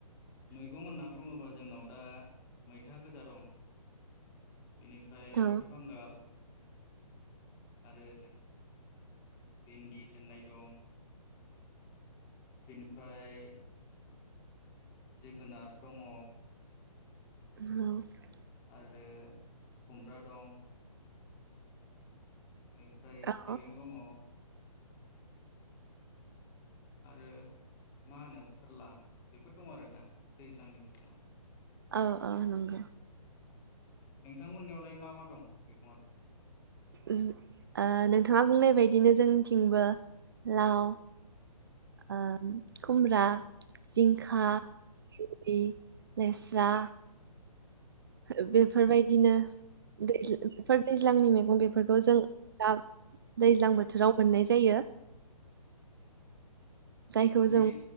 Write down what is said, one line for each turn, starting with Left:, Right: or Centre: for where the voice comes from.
Left: मैगं होनना बुङोबा जोंनाव दा मैथा गोजा दं बेनि फ्राय
Right: औ
Left: मैथा बांगाल आरो भिन्दि होननाय दं। बेनिफ्राय जोगोनार दङ।
Right: औ।
Left: आरो खुमब्रा दं। ओमफ्राय
Right: औ
Left: थाइबें दङ। आरो मा होनो फोरला बेफोर दं आरो दा दैज्लांनि मैंगङा।
Right: औ औ नंगौ।
Left: नोंथांमोननियाव लाय मा मा दं मैगङा दा?
Right: ओम ओ नोंथाङा बुंनाय बायदिनो जोंनिथिंबो लाव ओम खुमब्रा, जिंखा, भिनदि, लेस्रा ओ बेफोरबायदिनो दैज्लां फोर दैज्लांनि मैगं बेफोरखौ जों दा दैज्लां बोथोराव मोननाय जायो। जायखौ जों
Left: बै